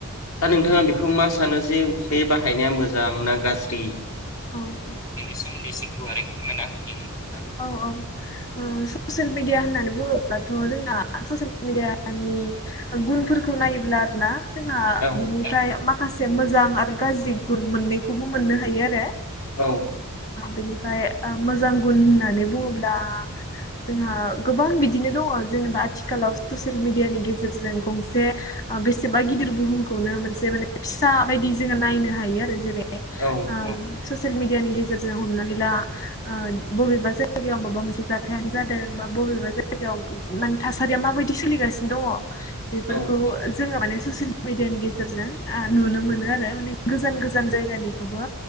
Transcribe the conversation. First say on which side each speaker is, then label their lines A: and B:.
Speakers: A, on the left; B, on the left.
A: दा नोंथाङा बेखौ मा सानो जे बे बाहायनाया मोजां ना गाज्रि?
B: औ बेनि सोमोनै गुवारै फोरमायना होदो नोंथाङा औ -औ ओ ससेल मिदिया होननानै बुङो बाथ' जोंना ससियेल मिडियानि गुनफोरखौ नायोब्ला आरो ना? जोंहा
A: औ
B: बिनिफ्राय माखासे मोजां आरो गाज्रि गुन मोननैखौबो मोननो हायो आरो।
A: औ।
B: बेनिफ्राय मोजां गुन होननानै बुङोब्ला जोंहा गोबां बिदिनो दङ। जेनेबा आथिखालाव ससिल मिडियानि गेजेरजों गंसे बेसेबा गिदिर बुहुमखौनो मोनसे माने फिसा बायदि जोङो नायनो हायो आरो जेरैहाय
A: औ
B: ससियेल मिडियानि गेजेरजों हमनानै ला बबेबा जायगायाव माबा मोनसे जाथायानो जादोंबा बबेबा जायगायाव माने थासारिया माबायदि सोलिगासिनो दङ। बेफोरखौ
A: औ
B: जोङो माने ससियेल मिडियानि गेजेरजों ओ नुनो मोनो आरो माने गोजान गोजान जायगानिखौबो